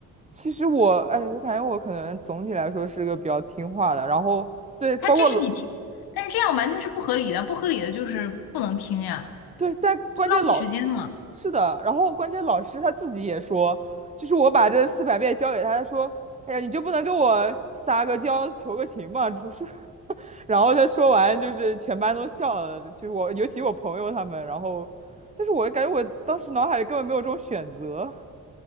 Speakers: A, on the right (about 20°); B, on the left (about 80°).
A: 其实我，哎，我感觉我可能总体来说是个比较听话的，然后对，包括老
B: 他这是你听，但是这样完全是不合理的，不合理的就是不能听呀，
A: 对，但关键老
B: 就浪费时间嘛。
A: 是的，然后关键老师他自己也说，就是我把这四百遍交给他，他说，哎呀，你就不能给我撒个娇求个情吗？就是，<laughs> 然后他说完，就是全班都笑了，就是我，尤其我朋友他们，然后，但是我感觉我当时脑海里根本没有这种选择，